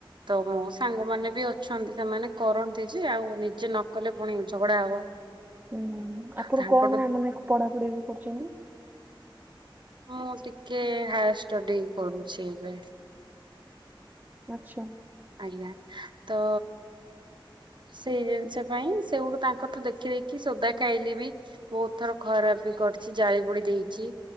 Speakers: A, on the right (about 60°); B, on the right (about 20°).
A: ତ ମୋ ସାଙ୍ଗ ମାନେ ବି ଅଛନ୍ତି ସେମାନେ କରନ୍ତି ଯେ, ଆଉ ନିଜେ ନକଲେ ପୁଣି ଝଗଡା ହବ।
B: ହୁଁ ଆପଣ
A: ତାଙ୍କଠୁ
B: କଣ ମାନେ ପଢା ପଢି ଏବେ କରିଚନ୍ତି?
A: ମୁଁ ଟିକିଏ ହାୟର ଷ୍ଟଡି କରୁଛି ଏବେ।
B: ଆଛା
A: ଆଜ୍ଞା ତ ସେଇ ଜିନିଷ ପାଇଁ ସେଇଠୁ ତାଙ୍କଠୁ ଦେଖି ଦେଖି ସୋଦା ଖାଇଲି ବି ବହୁତ ଥର ଖରାପ ବି କରିଚି। ଜାଳି ପୋଡି ଦେଇଛି।